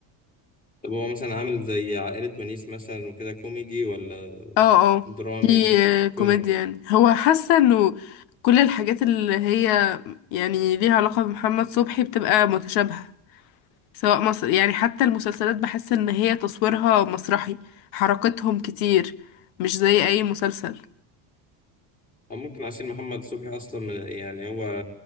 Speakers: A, on the left (about 20°); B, on the left (about 75°).
A: طب هو مثلا عامل زي عائلة ونيس مثلا وكده كوميدي ولا
B: اه اه
A: درامي
B: في
A: ولا
B: آه، كوميديا
A: كوميدي
B: يعني هو حاسة انه كل الحاجات اللي هي يعني ليها علاقة بمحمد صبحي بتبقى متشابهة سواء مصر يعني حتى المسلسلات بحس ان هي تصويرها مسرحي حركتهم كتير مش زي اي مسلسل
A: أو ممكن عشان محمد صبحي أصلا من- يعني هو